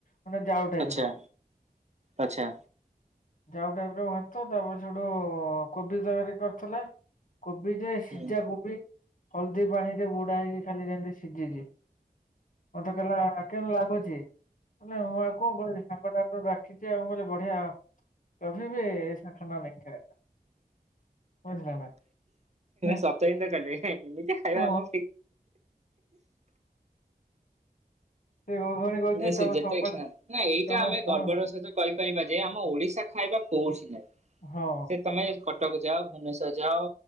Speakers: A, on the left; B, on the right.
A: ମାନେ ଯାଉ ଟାଇପ
B: ଆଚ୍ଛା
A: ର
B: ଆଚ୍ଛା।
A: ଯାଉ ଟାଇପ ର ଭାତ ତାପରେ ସେଇଠୁ କୋବି ତାରକାରି କରିଥିଲେ। କୋବି ଯେ ସିଝା
B: ହୁଁ।
A: କୋବି ହଳଦୀ ପାଣି ରେ ବୁଡା ହେଇକି ଖାଲି ଯେନ୍ତି ସିଝେଇ ଦିଏ। କହିଲା କେମିତି ଲାଗୁଚି ବୋଇଲେ ମୁଁ ଆଉ କଣ କହିବି ସାଙ୍ଗଟା ତ ଡାକିଚି ଆଉ କହିଲେ ବଢିଆ କଭି ବି ଏଇସା ଖାନା ନେଇ ଖାୟା। ବୁଝିଲ ନା। ହେଁ,
B: ସପ୍ତାହ ଦିନ <unintelligible> ଏମିତି ଖାଇବା
A: ହଁ,
B: ଆମ
A: ସେ ପୁଣି କହୁଛି
B: ନା ସେ
A: ତମେ
B: ଯେତେ
A: ସବୁବେଳେ
B: ନା ଏଇଟା
A: ତମେ
B: ଆମେ
A: ତମେ
B: ଗର୍ବର ସହିତ କହିପାରିବା କି? ଯେ ଆମ ଓଡିଶା ଖାଇବା କଉଠି ନାହିଁ।
A: ହଁ।
B: ସେ ତମେ କଟକ ଯାଅ ଭୁବନେଶ୍ଵର ଯାଅ।